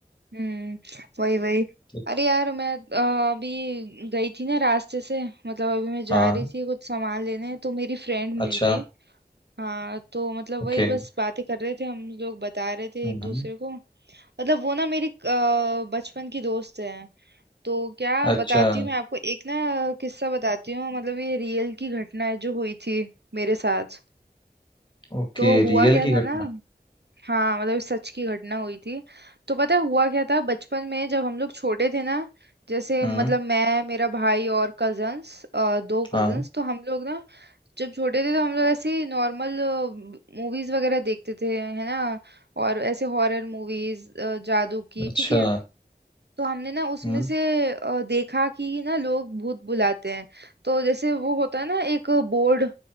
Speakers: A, on the right; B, on the left.
A: हम्म वही वही
B: तो-
A: अरे यार मैं अ, अभी गई थी ना रास्ते से मतलब अभी मैं जा
B: हाँ
A: रही थी कुछ सामान लेने तो मेरी फ्रेंड मिल
B: अच्छा
A: गई हाँ तो मतलब
B: ओके
A: वही बस बातें कर रहे थे हम लोग बता रहे थे
B: हम्म
A: एक दूसरे को मतलब वो ना मेरी अ, बचपन की दोस्त है तो क्या बताती
B: अच्छा
A: हूँ मैं आपको एक ना किस्सा बताती हूँ मतलब ये रियल की घटना है जो हुई थी मेरे साथ
B: ओके
A: तो हुआ
B: रियल
A: क्या
B: की
A: था
B: घटना
A: ना हाँ मतलब सच की घटना हुई थी तो पता है हुआ क्या था बचपन में जब हम लोग छोटे थे ना जैसे
B: हम्म
A: मतलब मैं मेरा भाई और कजन्स दो
B: हाँ
A: कजन्स तो हम लोग ना जब छोटे थे तो हम लोग ऐसे नॉर्मल मूवीज वगैरह देखते थे है ना और ऐसे हॉरर मूवीज जादू की
B: अच्छा
A: ठीक है तो हमने ना उसमें
B: हम्म
A: से अ, देखा कि ना लोग भूत बुलाते हैं तो जैसे वो होता है ना एक बोर्ड